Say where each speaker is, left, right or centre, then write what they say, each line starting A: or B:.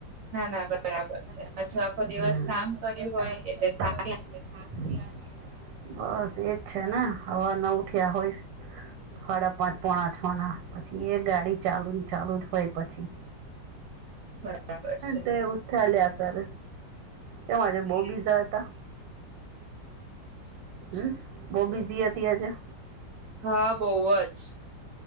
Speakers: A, on the right; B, on the right.
A: ના ના બરાબર છે.
B: હમ
A: પાછું આખો દિવસ
B: ચખો
A: કામ કર્યું
B: દિવસ
A: હોય
B: કામ
A: એટલે
B: કર
A: થાક
B: હોય એટ. બસ એજ છે ને હવાર ના ઉઠ્યા હોય. સાડા પાંચ પોણા છ ના પછી એ ગાડી ચાલુ ચાલુ જ હોય પછી.
A: બરાબર. છે
B: તે ઉથા લ્યા કર તે માજ
A: હમ
B: બહુ બીજા હતા.
A: <inaudible>
B: હમ બહુ બિઝી હતી આજે.
A: હા બઉ જ.